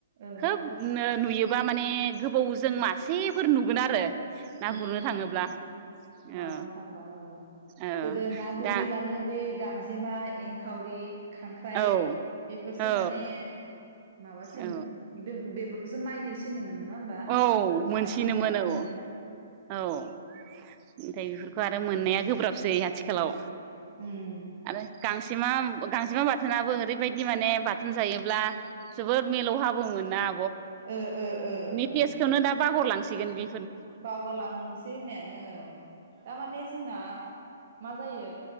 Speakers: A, on the right; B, on the right.
A: ओं
B: खोबनो नुयोबा माने गोबाव जों मासेफोर नुगोन आरो ना
A: उम
B: गुरनो
A: उम
B: थाङोब्ला
A: ना
B: ओ
A: गुरनो थांबा औ
B: ओ
A: गोदो ना गुरहैबानो
B: दा
A: बे बे गांजेमा एंखावरि खांख्राइ
B: औ
A: बेफोरसो
B: औ
A: माने माबासिनमोन
B: औ
A: दो बे फोरखौसो नागिरसिनो मोन नङा होमबा
B: औ मोनसिनोमोन
A: बाथोन जाजानो
B: औ औ ओमफाय बेफोरखौ आरो मोननाया गोब्राबसै आथिखालाव
A: उम
B: आरो गांसेमा गांजेमा बाथोनाबो ओरैबायदि माने बाथोन जायोब्ला जोबोद मिलौहाबो मोन ना
A: ओ ओ ओ ओ
B: टेसखौनो दा बावगारलां सिगोन बि
A: बावगालांसै होननायानो थारमाने जोंना मा जायो